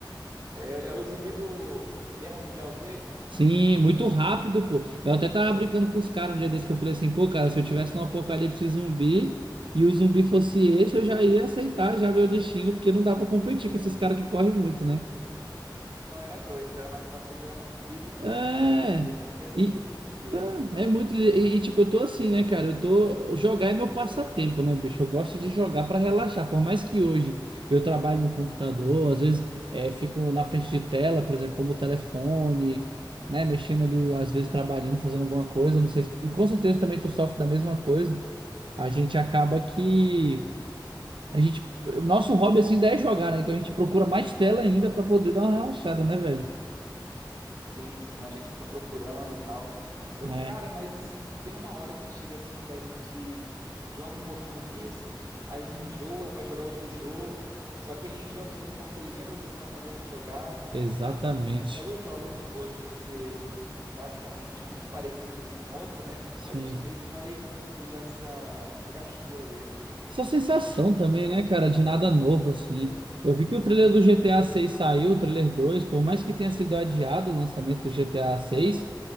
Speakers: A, on the right (about 45°); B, on the right (about 90°).
A: É, é o zumbi do Guerra Mundial Z?
B: Sim, muito rápido, pô. Eu até tava brincando com os caras um dia desse que eu falei assim, pô, cara, se eu tivesse num apocalipse zumbi e o zumbi fosse esse, eu já ia aceitar já meu destino, porque não dá pra competir com esses caras que correm muito, né?
A: Então era dois, era mais fácil eu virar um zumbi do que
B: É.
A: eu tentar sobreviver, porque é muito
B: E,
A: ligeiro.
B: Tá, é muito. E, e, tipo, eu tô assim, né, cara? Eu tô. Jogar é meu passatempo, né, bicho? Eu gosto de jogar pra relaxar. Por mais que hoje eu trabalho no computador, às vezes é, fico na frente de tela, por exemplo, como o telefone, né? Mexendo ali, às vezes trabalhando, fazendo alguma coisa. Não sei se tu- com certeza também tu sofre da mesma coisa. A gente acaba que. A gente. O nosso hobby, assim, ainda é jogar, né? Então a gente procura mais tela ainda pra poder dar uma relaxada, né, velho?
A: Sim, sim, a gente fica procurando tal. Eu,
B: É,
A: cara, mas tem uma hora que chega assim que a gente cons- joga um pouquinho disso, aí enjoa, vai jogar outro jogo, só que aí enjoa também porque lembra o que tu acabou de jogar.
B: exatamente.
A: Então, assim, pelos jogos hoje ser basicamente muito parecido um com o outro, né?
B: Sim.
A: A gente meio que vai tendo essa, essa gastura deles.
B: Essa sensação também, né, cara, de nada novo, assim. Eu vi que o trailer do GTA 6 saiu, o trailer 2 por mais que tenha sido adiado o lançamento do GTA 6,